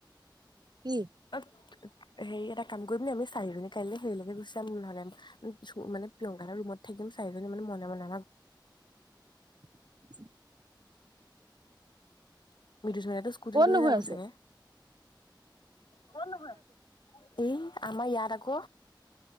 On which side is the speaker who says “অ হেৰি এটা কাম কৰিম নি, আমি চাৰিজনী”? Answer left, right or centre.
Left